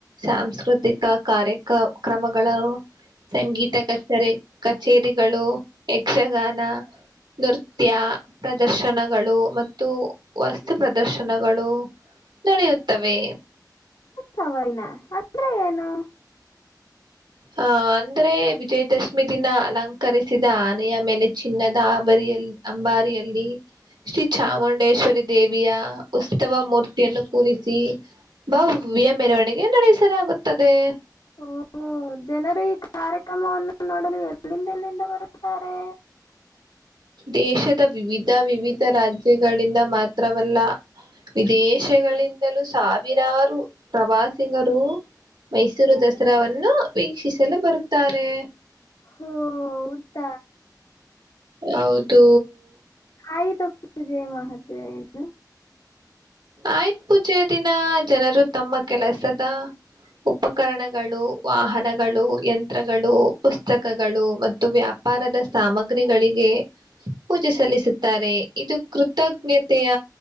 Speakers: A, on the right; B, on the left.
A: ಸಾಂಸ್ಕೃತಿಕ ಕಾರ್ಯಕ ಕ್ರಮಗಳು ಸಂಗೀತ ಕಚರಿ ಕಚೇರಿಗಳು ಯಕ್ಷಗಾನ ನೃತ್ಯ ಪ್ರದರ್ಶನಗಳು ಮತ್ತು ವಸ್ತು ಪ್ರದರ್ಶನಗಳು ನಡೆಯುತ್ತವೆ
B: ಸವರಿನಾ ಅಂದ್ರೆ ಏನು
A: ಹ ಅಂದ್ರೆ ವಿಜಯದಶಮಿ ದಿನ ಅಲಂಕರಿಸಿದ ಆನೆಯ ಮೇಲೆ ಚಿನ್ನದ ಆಬರಿಯಲ್ಲಿ ಅಂಬಾರಿಯಲ್ಲಿ ಶ್ರೀ ಚಾಮುಂಡೇಶ್ವರಿ ದೇ ದೇವಿಯ ಉತ್ಸವ ಮೂರ್ತಿಯನ್ನು ಕೂರಿಸಿ ಭವ್ಯ ಮೆರವಣಿಗೆ ನಡೆಸಲಾಗುತ್ತದೆ
B: ಹ ಜನರು ಈ ಕಾರ್ಯಕ್ರಮವನ್ನು ನೋಡಲು ಎಲ್ಲಿಂದ ಎಲ್ಲಿಂದ ಬರುತ್ತಾರೆ
A: ದೇಶದ ವಿವಿಧ ವಿವಿಧ ರಾಜ್ಯಗಳಿಂದ ಮಾತ್ರವಲ್ಲ ವಿದೇಶಗಳಿಂದಲೂ ಸಾವಿರಾರು ಪ್ರವಾಸಿ ಸಿಗರು ಮೈಸೂರು ದಸರಾವನ್ನು ವೀಕ್ಷಿಸಲು ಬರುತ್ತಾರೆ
B: ಹೋ ಹೌದ
A: ಹೌದು
B: ಹಾಯಿ ತಪ್ಪೂಜೆ ಮಹತ್ ನು
A: ಆಯ್ತ್ ಪೂಜೆಯ ದಿನ ಜನರು ತಮ್ಮ ಕೆಲಸದ ಉಪಕರಣಗಳು ವಾಹನಗಳು ಯಂತ್ರ ಪುಸ್ತಕಗಳು ಮತ್ತು ವ್ಯಾಪಾರದ ಸಾಮಗ್ರಿಗಳಿಗೆ ಪೂಜೆ ಸಲ್ಲಿಸುತ್ತಾರೆ ಇದು ಕೃತಜ್ಞತೆಯ